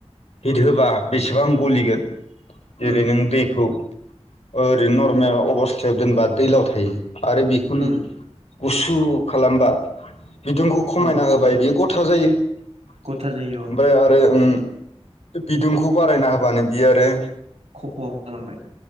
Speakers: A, on the left; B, on the right.
A: हिट होबा
B: उम
A: बेसेबां गलिगोन जेरै
B: उम
A: नों दैखौ ओरैनो
B: उम
A: नर्मेल अबस खाथियाव दोनबा दैलाव थायो आरो बेखौनो
B: उम
A: गुसु खालामबा बिदुंखौ खमायना
B: उम
A: होबाय बियो गथा जायो। ओमफ्राय
B: गथा जायो अ
A: आरो ओं बिदुंखौ बारायना होबानो बियो आरो
B: खफ' जालांबाय।